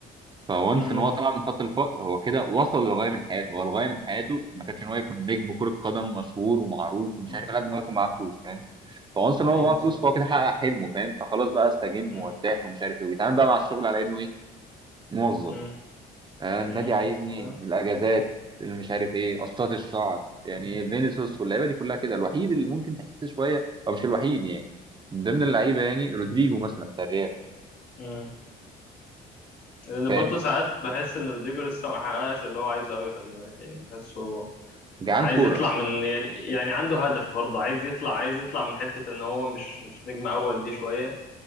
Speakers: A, on the right; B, on the left.
A: فونس
B: امم
A: ان هو طلع من خط الفقر هو كده وصل للغايه من حياته هو الغايه من حياته ما كانش ان هو يكون نجم كره قدم مشهور ومعروف ومش
B: امم
A: عارف إيه، لازم هو يكون معاه فلوس فاهم فونس ان هو
B: ايوه
A: معاه
B: صح
A: فلوس فهو كده حقق حلمه فاهم فخلاص بقى استجم
B: مم.
A: وارتاح ومش عارف ايه وبيتعامل بقى مع الشغل على انه ايه موظف
B: مم.
A: آه، النادي
B: مم.
A: عايزني
B: صح
A: الاجازات اللي مش عارف ايه قصات الشعر يعني فينيسيوس واللعيبه دي كلها كده الوحيد اللي ممكن تحس شويه او مش الوحيد يعني من ضمن اللعيبه يعني رودريجو مثلا بتاع الريال
B: مم. لان
A: فاهم
B: برضه ساعات بحس ان رودريجو لسه ما حققش اللي هو عايزه قوي خلي بالك يعني بحسه
A: جعان
B: عايز
A: كوره
B: يطلع من يعني يعني عنده هدف برضه عايز يطلع عايز يطلع من حتة ان هو مش مش نجم اول دي شوية